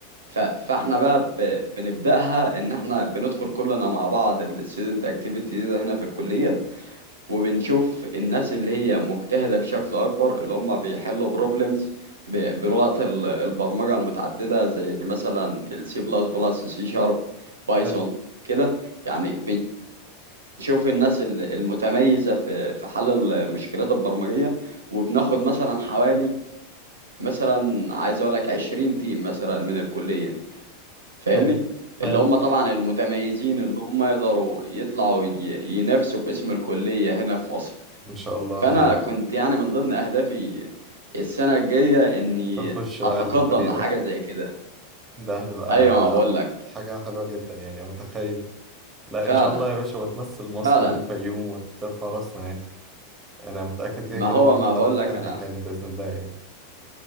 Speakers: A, on the right; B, on the right.
A: ف... فاحنا بقى ب... بنبداها ان احنا بندخل كلنا مع بعض الستودنت اكتيفيتي ده هنا في الكليه وبنشوف الناس اللي هي مجتهدة بشكل أكبر اللي هم بيحلوا بروبلمز بلغة ال- البرمجة المتعددة زي مثلا السي بلس بلس سي شارب بايثون
B: حلو
A: كده يعني بنشوف الناس ال- المتميزة في في حل المشكلات البرمجية وبناخد مثلا حوالي مثلا عايز أقول لك 20 تيم مثلا من الكلية فاهمني؟
B: حلو
A: اللي
B: حلو
A: هم طبعا المتميزين اللي هم يقدروا يطلعوا ي- ينافسوا باسم الكلية هنا في مصر
B: ان شاء الله
A: فانا
B: هايل
A: كنت يعني من ضمن اهدافي السنه الجايه اني
B: نخش بقى
A: اتقدم
B: الفريق
A: لحاجه
B: ده
A: زي كده
B: ده هتبقى
A: ايوه ما بقول لك
B: حاجة حلوة جدا يعني أنا متخيل لا
A: فعلا
B: ان شاء الله يا باشا وتمثل مصر
A: فعلا
B: والفيوم وترفع راسنا يعني انا متأكد كده
A: ما
B: كده
A: هو
B: ان انت
A: ما
B: هتعرف
A: بقول لك
B: تنجح
A: انا
B: يعني بإذن الله يعني